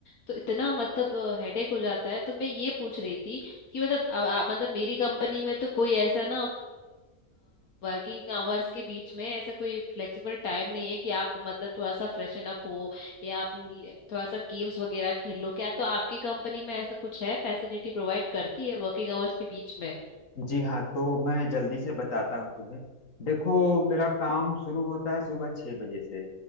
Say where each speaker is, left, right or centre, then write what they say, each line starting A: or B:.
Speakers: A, on the left; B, on the left.
A: तो इतना मतलब हेडेक हो जाता है तो मैं ये पूछ रही थी कि मतलब अब आप- मतलब मेरी कंपनी में तो कोई ऐसा ना वर्किंग आवर्स के बीच में ऐसा कोई फ्लेक्सिबल टाइम नहीं है कि आप मतलब थोड़ा सा फ्रेशन अप हो या आप ल- थोड़ा सा गेम्स वगैरह खेल लो क्या तो आपकी कंपनी में ऐसा कुछ है फैसिलिटी प्रोवाइड करती है वर्किंग आवर्स के बीच में
B: जी हाँ तो मैं जल्दी से बताता हूँ तुम्हें देखो मेरा काम शुरू होता है सुबह छः बजे से